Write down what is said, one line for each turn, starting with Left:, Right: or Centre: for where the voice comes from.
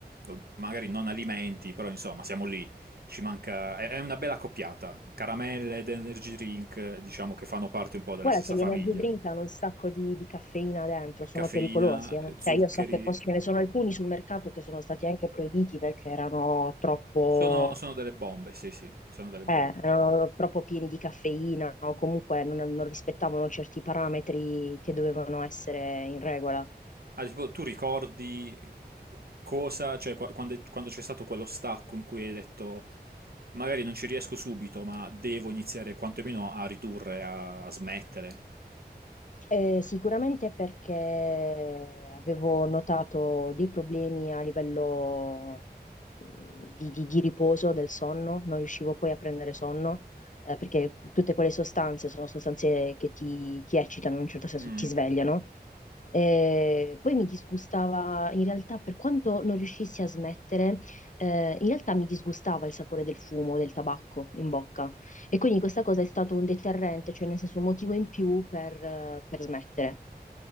Right: o- magari non alimenti, però insomma, siamo lì. Ci manca, è è una bella coppiata. Caramelle ed energy drink, diciamo che fanno parte un po' della
Left: Guarda
Right: stessa
Left: che gli
Right: famiglia.
Left: energy drink hanno un sacco di, di caffeina dentro, sono
Right: Caffeina,
Left: pericolosi, eh. Cioè
Right: zuccheri,
Left: io so che poi ce ne sono alcuni sul mercato che sono stati anche proibiti perché erano troppo
Right: sono, sono delle bombe, sì, sì, sono delle
Left: Eh,
Right: bombe.
Left: erano troppo pieni di caffeina o comunque non, non rispettavano certi parametri che dovevano essere in regola.
Right: Ah, tipo, tu ricordi eh, cosa, cioè qua- quando, quando c'è stato quello stacco in cui hai detto magari non ci riesco subito, ma devo iniziare quantomeno a ridurre, a, a smettere.
Left: Eh, sicuramente perché avevo notato dei problemi a livello mh, di, di- di riposo del sonno, non riuscivo poi a prendere sonno, eh, perché tutte quelle sostanze sono sostanze che ti, ti eccitano in un certo senso,
Right: Mm,
Left: ti svegliano. Eh, poi mi disgustava, in realtà, per quanto non riuscissi a smettere, eh, in realtà mi disgustava il sapore del fumo, del tabacco in bocca. E quindi questa cosa è stato un deterrente, cioè nel senso un motivo in più per, eh, per smettere